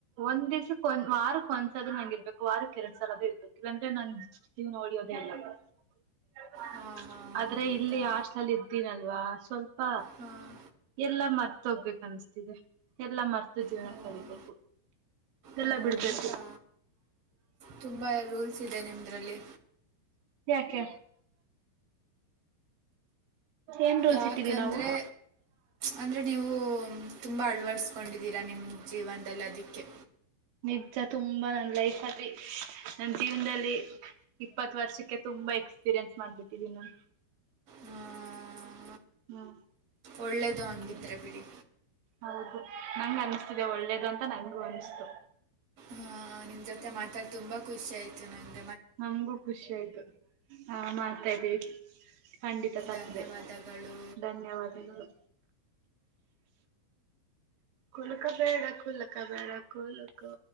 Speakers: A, on the right; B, on the right.
A: ಒಂದ್ ದಿವಸಕ್ಕೆ ಒಂದ್ ವಾರಕ್ ಒಂದ್ಸ್ರ ನಂ್ ಇರ್ಬೇಕು ವಾರಕ್ ಎರಡ್ ಸಾಲ ಆದ್ರ ಇರ್ಬೇಕು ಇಲ್ಲಾಂದ್ರೆ ನನ್ ಜೀವ ನೋ <unintelligible>
B: ಹಾಂ ಹಾಂ
A: ಆದ್ರೆ
B: ಹೌದಾ
A: ಇಲ್ಲಿ ಹಾಸ್ಟ್ಲಲ್ಲಿ ಇದ್ದೀನಲ್ವಾ ಸ್ವಲ್ಪ
B: ಹಾಂ
A: ಎಲ್ಲಾ ಮರ್ತ ಹೋಗ್ಬೇಕ ಅನ್ಸ್ತಿದೆ ಎಲ್ಲಾ ಮರ್ತು ಜೀವನ
B: ಹಾಂ
A: ಕಲಿಬೇಕು ಎಲ್ಲ
B: ಹೌದಾ
A: ಬಿಡ್ಬೇಕು
B: ತುಂಬ ರೂಲ್ಸ್ ಇದೆ ನಿಮ್ಮದ್ರಲ್ಲಿ
A: ಯಾಕೆ ಏನು ರೂಲ್ಸ್
B: ಯಾಕಂದರೆ
A: ಇಟ್ಟಿದ್ದೀವಿ ನಾವು
B: ಅಂದರೆ ನೀವು ತುಂಬ ಅಳ್ವಡಿಸ್ಕೊಂಡಿದ್ದೀರಾ ನಿಮ್ಮ ಜೀವನದಲ್ಲಿ ಅದಕ್ಕೆ
A: ನಿಜ ತುಂಬಾ ನನ್ ಲೈಫ್ ಅತಿ ನನ್ ಜೀವನದಲ್ಲಿ ಇಪ್ಪತ್ತು ವರ್ಷಕ್ಕೆ ತುಂಬಾ ಇ ಎಕ್ಸ್ಪೀರಿಯನ್ಸ್ ಮಾಡ್ಬಿಟ್ಟಿದೀ ನಾನು
B: ಹ್ಮ
A: ಹ್ಮ್
B: ಒಳ್ಳೇದು ಹಂಗಿದ್ರೆ
A: ಹಂಗೆ
B: ಬಿಡಿ
A: ಹೌದು ನಂಗ ಅನಿಸ್ತಿದೆ ಒಳ್ಳೇದು ಅಂತ ನನ್ಗೂ ಅನ್ಿಸ್ತು
B: ಹಾ ನಿಮ್ ಜೊತೆ ಮಾತಾಡ್ ತುಂಬಾ ಖುಷಿ ಆಯ್ತು ನನ್ಗೆ
A: ನಮಗೂ ಖುಷಿ ಆಯ್ತು ಹ ಮಾತಾಡಿ ಖಂಡಿತ ತಪ್ಪದೆ
B: ಧನ್ಯವಾದಗಳು
A: ಧನ್ಯವಾದಗಳು ಕುಲಕ ಬೇಡ ಕುಲಕ ಬೇಡ ಕುಲುಕು